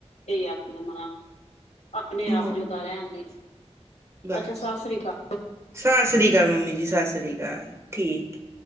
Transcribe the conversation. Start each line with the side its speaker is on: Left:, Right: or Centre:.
Left: ਇਹੀ ਆਖੀਦਾ ਮਾ ਆਪਣੇ ਆਪ
Right: ਹਾਂ
Left: ਜੋ ਕਰ ਆਦੀ,
Right: ਬਸ
Left: ਅੱਛਾ ਸਤਿ ਸ਼੍ਰੀ ਅਕਾਲ।
Right: ਸਤਿ ਸ਼੍ਰੀ ਅਕਾਲ ਮੰਮੀ ਜੀ, ਸਤਿ ਸ਼੍ਰੀ ਅਕਾਲ, ਠੀਕ।